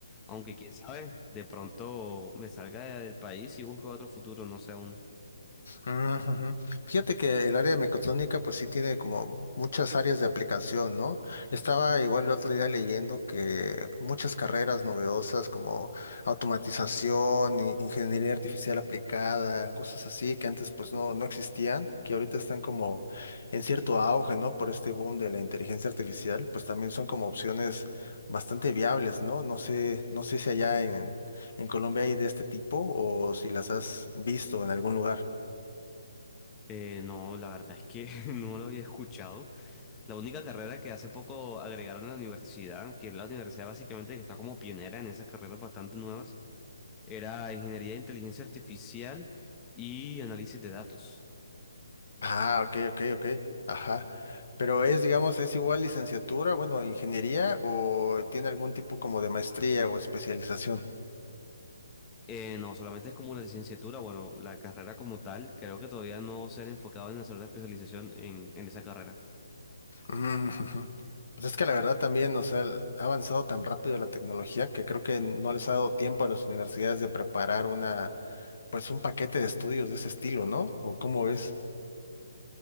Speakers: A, on the left; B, on the left.
A: Aunque quién sabe, de pronto me salga del país y busco otro futuro, no sé aún.
B: Ujú. Fíjate que el área de mecatrónica pues sí tiene como muchas áreas de aplicación, ¿no? Estaba igual el otro día leyendo que muchas carreras novedosas como automatización, i- ingeniería artificial aplicada, cosas así que antes pues no, no existían, que ahorita están como en cierto auge, ¿no? Por este boom de la inteligencia artificial, pues también son como opciones bastante viables, ¿no? No sé, no sé si allá en, en Colombia hay de este tipo o si las has visto en algún lugar.
A: Eh, no, la verdad es que <laughs> no lo había escuchado. La única carrera que hace poco agregaron a la universidad, que es la universidad básicamente que está como pionera en esas carreras bastante nuevas, era Ingeniería de Inteligencia Artificial y Análisis de Datos.
B: Ah, ok, ok, ok. Ajá. Pero es, digamos, es igual licenciatura, bueno, ingeniería o tiene algún tipo como de maestría o especialización.
A: Eh, no, solamente es como una licenciatura, bueno, la carrera como tal, creo que todavía no se han enfocado en hacer la especialización en, en esa carrera.
B: Mm, ujú. Pues es que la verdad también, o sea, el- ha avanzado tan rápido la tecnología que creo que no les ha dado tiempo a las universidades de preparar una, pues un paquete de estudios de ese estilo, ¿no? ¿O cómo es?